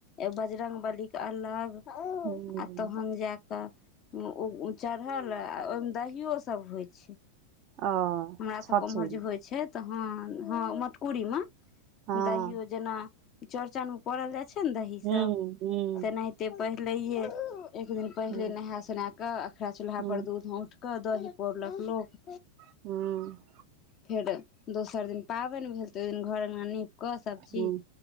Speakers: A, on the left (about 35°); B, on the right (about 40°).
A: ऐ बजरंग बली के अलग,
B: हुँ
A: आ तखन जाय तब उउ चढ़ल, ओहिमे दहियो सब होइ छैय।
B: ओ
A: हमरा
B: छछिन
A: सबके उमहर जे होइ छैय त हँ हँ मटकुरी मे
B: हँ
A: दहियो जना चौड़चन पौरल जाइ छैय ने दही
B: हुँ
A: सब,
B: हुँ
A: तेनाहिते पहिलैइये एक दिन पहिले
B: हुँ
A: नहाए सुनाए कऽ अखरा चूल्हा
B: हुँ
A: पर दूध औंट कऽ दही पौरलक लोक।
B: हुं।
A: फेर दोसर दिन पाबनि भेल तऽ ओहि दिन घर अंगना नीप कऽ सभचीज
B: हुँ